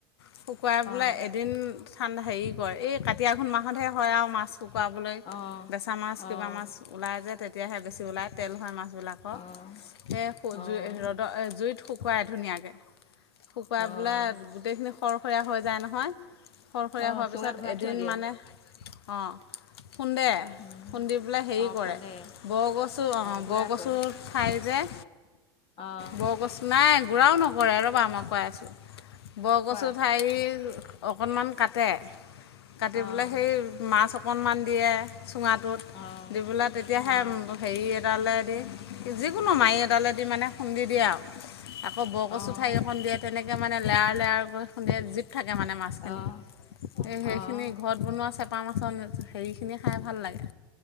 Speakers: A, on the left; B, on the left.
A: শুকুৱাই বোলে
B: অ
A: এদিন থান হেৰি কৰ, এই কাতি আঘোণ মাহতহে হয় আও মাছ শুকুৱাবলৈ,
B: অ',
A: বেচা মাছ
B: অ', অ',
A: কিবা মাছ ওলাই যে তেতিয়াহে বেছি ওলায় তেল হয় মাছবিলাকৰ
B: অ',
A: এ সু
B: অ',
A: জুই ৰ'দত অ জুইত শুকুৱাই ধুনীয়াকে। শুকুৱাই
B: অ',
A: পিলে গোটেইখিনি সৰসৰীয়া হৈ যায় নহয় সৰখৰীয়া
B: অ',
A: হোৱাৰ
B: চুঙাত
A: পিছত
B: ভৰাই
A: এদিন
B: থৈ দিয়ে,
A: মানে, অ' খুন্দে
B: উম,
A: খুন্দি পেলে হেৰি
B: অ',
A: কৰে,
B: খুন্দে,
A: বৰকচু অ'
B: গুড়া
A: বৰকচু
B: কৰে,
A: খাই যে
B: অ',
A: বৰকচ নাই গুৰাও নকৰে ৰ'বা মই কৈ আছোঁ। বৰকচুৰ
B: কোৱা,
A: ঠাৰি অকণমান কাটে কাটি
B: অ',
A: পেলাই সেই মাছ। অকণমান দিয়ে চুঙাটোত
B: অ', অ',
A: দি পেলাই তেতিয়াহে
B: অ',
A: হেৰি এডালে। যিকোনো মাৰি এডালে দি মানে খুন্দি দিয়ে আওঁ। আকৌ বৰকচু
B: অ',
A: ঠাৰি এখন দিয়ে তেনেকে মানে লেয়াৰ লেয়াৰ কৈ খুন্দে। থাকে মানে মাছখিনি
B: অ',
A: এই সেইখিনি
B: অ',
A: ঘৰত বনোৱা চেপা মাছৰ। হেৰিখিনি খাই ভাল লাগে